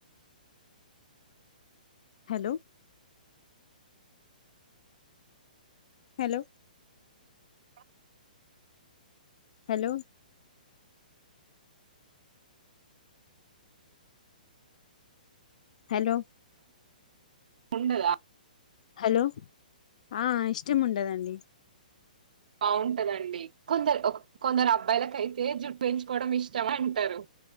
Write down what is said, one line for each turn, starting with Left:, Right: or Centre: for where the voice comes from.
Left: హలో హలో
Right: <inaudible>
Left: హలో హలో
Right: ఉండద
Left: హలో ఆ ఇష్టం ఉండదండి
Right: బాగుంటదండి కొందరు ఒ కొందరు అబ్బాయిలకయితే జుట్ పెంచుకోవడం ఇష్టం అంటారు